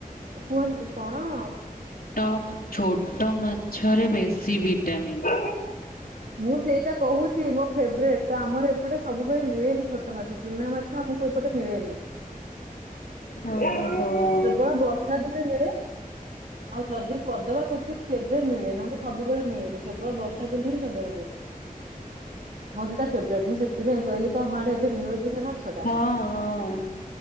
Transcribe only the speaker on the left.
ଟ ଛୋଟ ମାଛରେ ବେଶୀ ଭିଟାମିନ୍।
ହଁ ହୋ।
ହଁ ହଁ